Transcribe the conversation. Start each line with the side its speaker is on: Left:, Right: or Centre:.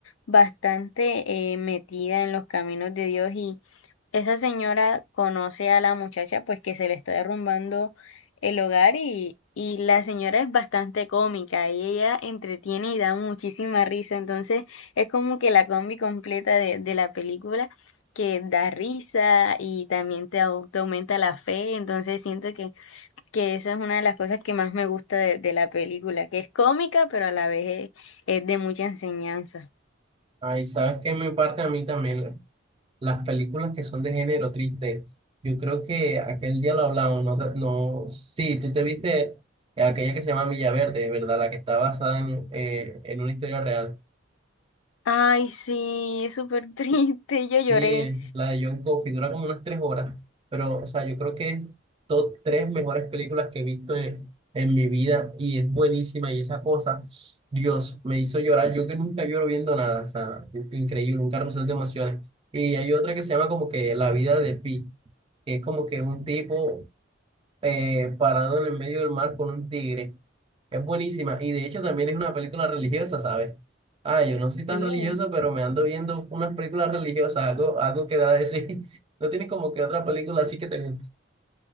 Left: bastante eh, metida en los caminos de Dios y esa señora conoce a la muchacha pues que se le está derrumbando el hogar y, y la señora es bastante cómica y ella entretiene y da muchísima risa. Entonces es como que la combi completa de, de la película. que da risa y también te, au- te aumenta la fe, entonces siento que que esa es una de las cosas que más me gusta de, de la película, que es cómica, pero a la vez es, es de mucha enseñanza.
Right: Ay, ¿sabes qué me parte a mí también? La- Las películas que son de género triste. Yo creo que aquel día lo hablamos, no, te- no, sí, tú te viste aquella que se llama Villaverde, ¿verdad? La que está basada en, eh, en una historia real.
Left: Ay, sí, es súper <laughs> triste, yo
Right: Sí,
Left: lloré.
Right: la de John Coffey dura como unas tres horas, pero o sea, yo creo que es top tres mejores películas que he visto en, en mi vida y es buenísima y esa cosa, Dios, me hizo llorar, yo que nunca lloro viendo nada, o sea, in- increíble, un carrusel de emociones. Y hay otra que se llama como que La vida de Pi, que es como que un tipo eh, parado en el medio del mar con un tigre. Es buenísima. Y de hecho también es una película religiosa, ¿sabes? Ah, yo no soy tan
Left: Sí.
Right: religiosa, pero me ando viendo unas películas religiosas, algo, algo que da de sí. <laughs> No tiene como que otra película así que te guste.